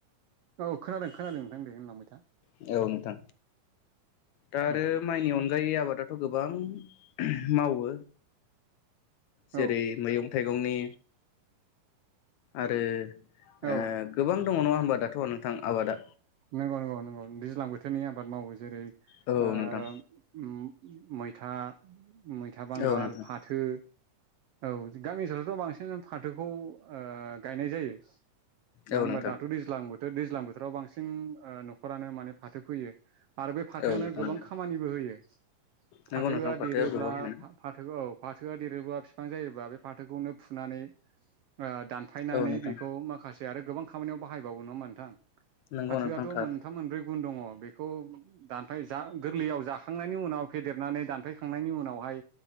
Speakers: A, on the right (about 80°); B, on the left (about 75°).
A: औ खोनादों खोनादों नोंथां दे होनलांबाय था।
B: औ नोंथां। दा आरो
A: औ
B: माइनि अन गायै आबादाथ' गोबां मावो जेरै
A: औ
B: मैगं थाइगंनि आरो
A: औ
B: ओ गोबां दङ नङा होमबा दाथ' नों थां आबादा।
A: नोंगौ नोंगौ नोंगौ दैज्लां बोथोरनि आबाद मावो जेरै ओ
B: औ नोंथां
A: ओम। मैथा मैथा बांगाल
B: औ नोंथां
A: फाथो। औ जो गामि ओनसोलावथ' बां सिनानो फाथोखौ ओ गायनाय जायो मानो
B: औ
A: होनबा
B: नोंथां
A: दाथ' दैज्लां बो थो दैज्लां बोथोराव बांसिन ओ न'खरानो माने फाथो फैयो। आरो बे फाथोआनो
B: औ नोंथां
A: गोबां
B: नंगौ
A: खामानिबो होयो फाथोआ
B: नोंगौ नोंथां
A: देरोब्ला
B: गोबां मोनो
A: फा फाथो औ फाथोआ देरोबा बिफां जायोबा बे फाथोखौनो फुनानै ओ दानफायनानै
B: औ नोंथां
A: बेखौ माखासे आरो गोबां खामानियाव बाहायबावो नङा होनबा नोंथां?
B: नंगौ
A: फाथोआथ'
B: नोंथां थार
A: मोनथाम मोनब्रै गुन दङ बेखौ दानफाय जा गोरलैयाव जाखांनायनि उनाव फेदेरनानै दानफैखांनायनि उनावहाय